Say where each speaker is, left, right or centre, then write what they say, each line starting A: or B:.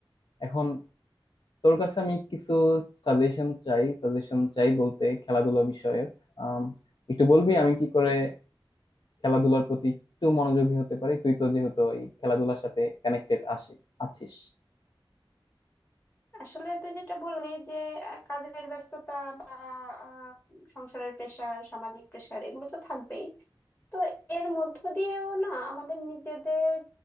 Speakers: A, on the left; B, on the left.
A: এখন তোর কাছে আমি কিছু সাজেশন চাই সাজেশন চাই বলতে খেলাধুলা বিষয়ক আম, একটু বলবি আমি কি করে খেলাধুলার প্রতি একটু মনোযোগী হতে পারি তুই তো যেহেতু এই খেলাধুলার সাথে কানেক্টেড আসি আছিস
B: আসলে তুই যেটা বললি যে আহ, কাজের ব্যস্ততা বা আহ, সংসারের প্রেশার সামাজিক প্রেশার এগুলো তো থাকবেই তো এর মধ্য দিয়েও না আমাদের নিজেদের